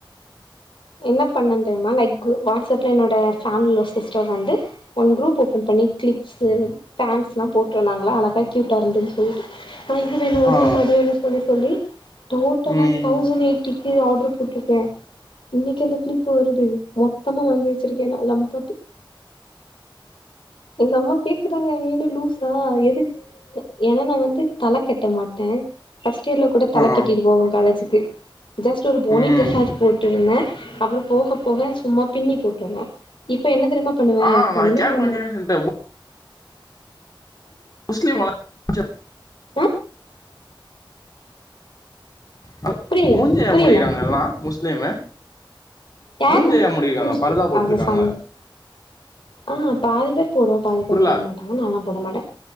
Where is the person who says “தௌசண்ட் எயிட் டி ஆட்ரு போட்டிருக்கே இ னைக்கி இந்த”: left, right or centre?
Left